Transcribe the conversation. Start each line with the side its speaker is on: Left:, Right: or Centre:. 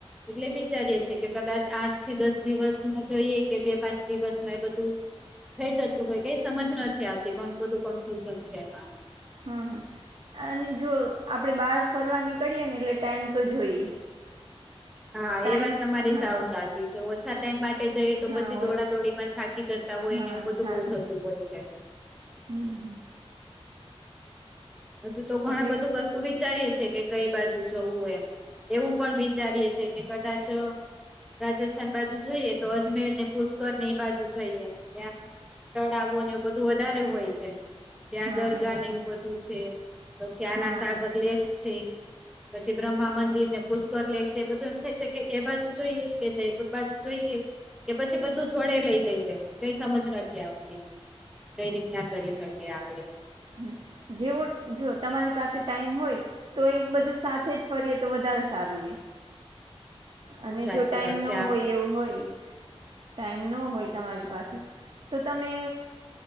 Centre: એટલે વિચારીએે છે, કે કદાચ આઠ થી દસ દિવસમાં જોઈએ કે બે પાંચ દિવસમાં એ બધું થઈ જતું હોય કઈ સમજ નથી આવતી ઘણું બધું કન્ફ્યુઝન છે, એમાં
Right: હા હા અને જો આપણે બાર ફરવા નીકળીએ ને એટલે ટાઈમ તો જોઈએ <inaudible>
Centre: હા એ વાત તમારી
Right: હા
Centre: સાવ સાચી છે, ઓછા ટાઈમ માટે જઈએ તો
Right: હા
Centre: પછી
Right: ઓ
Centre: દોડાદોડી માં થા કી જતા હોય
Right: હા
Centre: ને એવું બધું
Right: થાકી
Centre: બોવ થતું હોય છે.
Right: હમ હમ.
Centre: અજુ તો ઘણા
Right: એટલે
Centre: બધું વસ તું વિચારીએે છે, કે કઈ બાજુ જવું હો એવું પણ વિચારીએે છે, કે કદાચ રાજસ્થાન બાજુ જઈએ તો અજમેરને પુષ્કર ને એ બાજુ જઈએ એમ ત્યા તળાવો ને એ બધું વધારે હોય છે. ત્યાં
Right: હા
Centre: દરગાહ
Right: એ બાજુ
Centre: ને એવું બધું છે, પછી આના
Right: હા
Centre: સાગર લેક છે. પછી બ્રહ્મા મંદિરને પુષ્કર લેક છે, બધું એમ થાય છે, કે એ બાજુ જોઈએ કે જયપુર બાજુ જોઈએ કે પછી બધું જોડે લઈ લઈએ કઈ સમજ નથી આવતી કઈ રીતના કરી શકીએ આપણે
Right: હમ જેવો જો તમારી પાસે ટાઈમ હોય તો એ બધું સાથે જ ફરીએ તો વધારે સારું રે અને
Centre: સાચી
Right: જો ટાઈમ
Centre: વાત
Right: ન
Centre: છે આમ
Right: હોય એવું હોય ટાઈમ ન હોય તમારી પાસે તો તમે